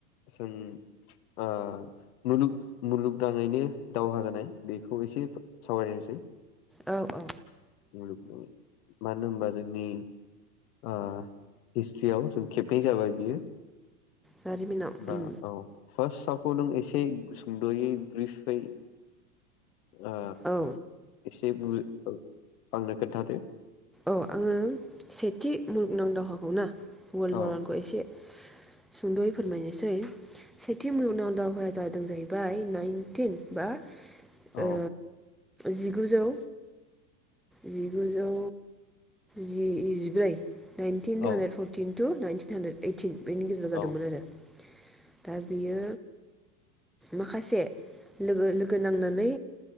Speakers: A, on the left (about 65°); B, in the centre.
A: जों ओ मुलुग मुलुगनाङैनो दावहा जानाय बेखौ एसे सावरायनोसै।
B: औ औ
A: मुलुगनि मानो होनबा जोंनि ओ हिस्ट्रियाव जों खेबनै जाबाय। बियो
B: जारिमिनाव
A: ओ
B: उम
A: औ फास्ताव खौ नों एसे सुंद'यै ब्रिफै आ
B: औ
A: एसे बु ओ आंनो खोन्थादो।
B: औ आङो सेथि मुलुगनां दावहाखौ ना? वर्ल्ड
A: औ
B: वारखौ एसे सुंद'यै फोरमायनोसै सेथि मुलुगनाव दावहाया जादों जाहैबाय नाइनटिन बा
A: औ
B: ओ जिगुजौ जिगुजौ जि जिब्रै नाइनतिन
A: औ
B: hundred fourteen to nineteen hundred eighteen बेनि गेजेराव
A: औ
B: जादोंमोन आरो दा बियो माखासे लोगो लोगो नांनानै